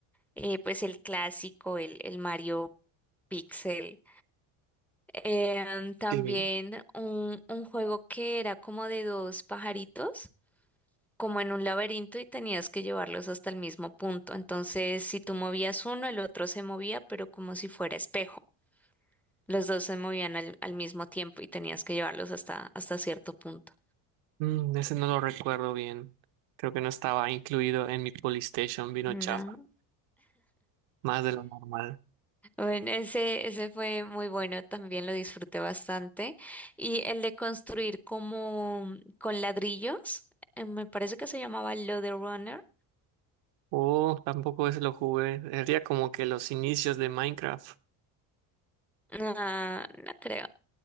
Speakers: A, in the centre; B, on the right.
A: eh, pues el clásico, el, el Mario Pixel. Em, también
B: Sí.
A: un, un juego que era como de dos pajaritos como en un laberinto y tenías que llevarlos hasta el mismo punto. Entonces, si tú movías uno, el otro se movía, pero como si fuera espejo. Los dos se movían al, al mismo tiempo y tenías que llevarlos hasta, hasta cierto punto.
B: Mm, ese no lo recuerdo bien. Creo que no estaba incluido en mi Polystation, vino
A: No.
B: chafa, más de lo normal.
A: Bueno, ese, ese fue muy bueno, también lo disfruté bastante. Y el de construir como con ladrillos, eh, me parece que se llamaba Runner.
B: Oh, tampoco ese lo jugué. Sería como que los inicios de Minecraft.
A: No, no creo.